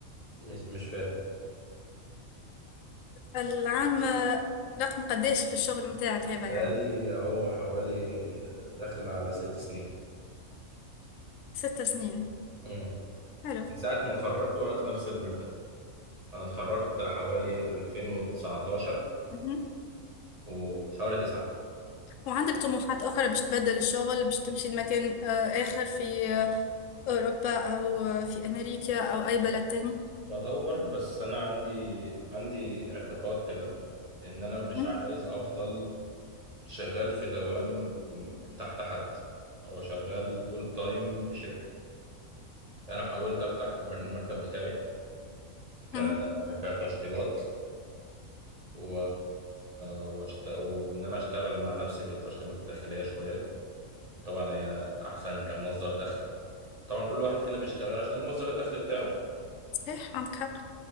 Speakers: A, on the right; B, on the left.
A: مش مش فاهم
B: العام آه، رقم قداش في الشغل متاعك هذا يعني
A: بقالي اهو حوالي داخل على ست سنين
B: ست سنين
A: امم
B: حلو
A: من ساعة ما اتخرجت وانا في نفس المرتبة انا اتخرجت حوالي 2019
B: مهم.
A: وشهر تسعة
B: وعندك طموحات اخرى باش تبدل الشغل باش تمشي لمكان آه، اخر في آه، اوروبا او آه، في امريكا او اي بلد تاني
A: بدور بس انا عندي عندي اعتقاد كده ان انا مش
B: مهم.
A: عايز افضل شغال في دوام م- تحت حد او شغال فول تايم في شركة انا حاولت افتح المر- المكتب بتاعي
B: مهم.
A: ك- كتشطيبات و... واشت... وان انا اشتغل مع نفسي في التشطيبات الداخليه شويه طبعا هي احسن كمصدر دخل طبعا كل واحد فينا بيشتغل عشان المصدر الدخل بتاعه
B: صحيح عندك حق